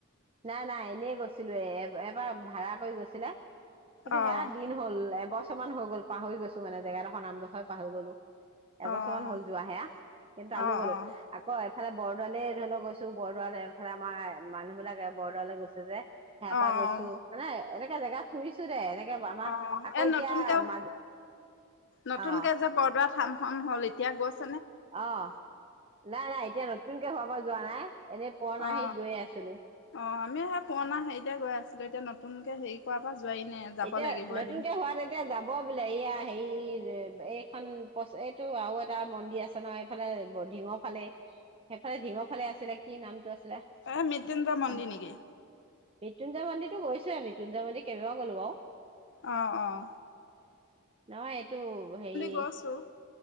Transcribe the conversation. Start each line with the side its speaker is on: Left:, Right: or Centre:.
Right: নাই নাই এনেই গৈছিলো এ এবাৰ ভা়ড়া কৰি গৈছিলে কিন্তু
Left: অ',
Right: সেয়া দিন হ'ল এবছৰ কিমান হৈ গল পাহৰি গছো মানে যেগাডখ নামডখৰ পাহৰি গলো এবছৰ
Left: অ',
Right: মান হ'ল যোৱা সেয়া কিন্তু আলো
Left: অ',
Right: গলো
Left: অ'।
Right: আকৌ ইফালে বৰদোৱালে ধৰি লও গৈছো বৰদোৱাল এইফালে আমাৰ মানুহবিলাক বৰদাললৈ গৈছে যে হে পা
Left: অ',
Right: গৈছো মানে এনেকে এনেকে জেগাু ফুৰিছো দে এনেকে আমাৰ
Left: অ
Right: আকৌ
Left: এ
Right: এতিয়া
Left: নতুনকে
Right: মাজ
Left: নতুনকে
Right: অ
Left: যে বৰদোৱা থাম হ'ল এতিয়া গছ
Right: অ নাই নাই এতিয়া নতুনকে হোৱাৰ পৰা যোৱা নাই এনেই পুৰণা
Left: অ
Right: হেৰিত গৈয়ে আছিলো
Left: অ আমি হেৰিতে পুৰণা হেৰিতে গৈ আছিলো এতিয়া নতুনকে হেৰি কৰাৰ পৰা যোৱাই নাই যাব
Right: এতিয়া
Left: লাগিব
Right: নতুনকে
Left: এদিন।
Right: হোৱাত এতিয়া যাব বুলি এয়া হেৰি এইখন এইটো আৰু এটা মন্দিৰ আছে ন এইফালে ঢিঙৰ ফালে সেইফালে ঢিঙৰ ফালে আছিলে কি নামটো আছিলে
Left: এ মৃত্যুঞ্জয় মন্দি
Right: অ
Left: নেকি?
Right: মৃত্যুঞ্জয় মন্দিৰ টো গৈছো আমি আ মৃত্যঞ্জয় মন্দিৰ কেইবাবা ক'লো
Left: অহ অহ
Right: নহয় এইটো হেৰি
Left: গৈছোঁ।